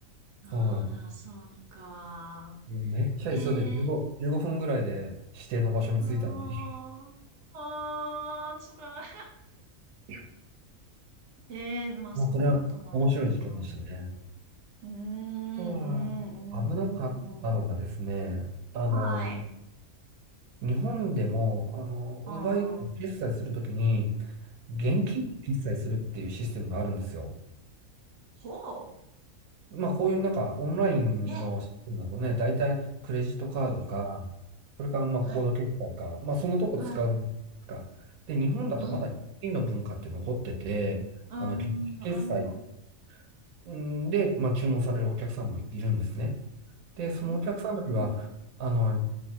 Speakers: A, on the right; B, on the right.
A: ああ、
B: そうなんです。
A: そうか。
B: もうめっちゃ急いで15、
A: へえ、
B: 15分ぐらいで指定の場所に着いたのに、
A: ああ、ああ、辛い。
B: <laughs>
A: <laughs> ええ、まあそんなこともあったのか。
B: もうこれは面白い事件でしたね。
A: うーん、うん、
B: あとは、危なかったのがですね、
A: うん、うん。うん
B: あの、
A: はい。
B: 日本でも、あの、
A: うん、
B: 奪い決済するときに、
A: うん。
B: 現金で決済するっていうシステムがあるんですよ。
A: ほう。
B: まあ、こういうなんか、オンラインのシステムだとね、
A: え、
B: 大体クレジットカードか、
A: え、
B: それからまあ、
A: はい、
B: コード決済か、まあ、そのとこ使うか。
A: はい。
B: で、日本だとまだ現金の文化って残ってて、
A: うん、うん、
B: あの、現金決済
A: うん、
B: うんで、まあ、注文されるお客さんもいるんですね。で、そのお客さんの時は、
A: うん、うん、
B: あの、